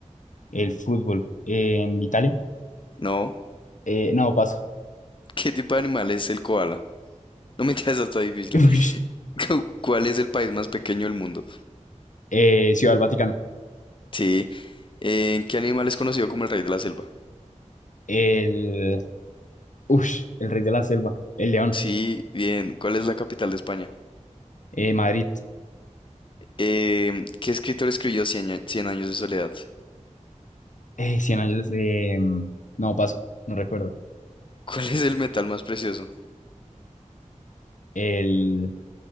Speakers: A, on the left; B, on the left.
A: El fútbol. En Italia.
B: No.
A: Eh, no, paso.
B: ¿Qué tipo de animal es el koala? No me interesa, está difícil.
A: <laughs> Ush.
B: <laughs> ¿Cuál es el país más pequeño del mundo?
A: Eh, Ciudad del Vaticano.
B: Sí. ¿En qué animal es conocido como el rey de la selva?
A: El. Ush, el Rey de la Selva. El León.
B: Sí, bien. ¿Cuál es la capital de España?
A: Eh, Madrid.
B: Em, ¿qué escritor escribió Cien, a- Cien años de soledad?
A: Eh, Cien años. eh, no, paso. No recuerdo.
B: ¿Cuál es el metal más precioso?
A: El.